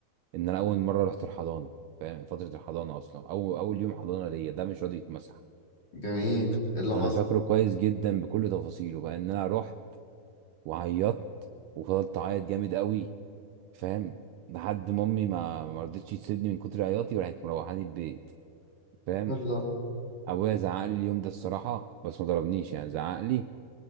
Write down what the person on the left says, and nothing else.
جميل إيه اللي
حصل؟
يلا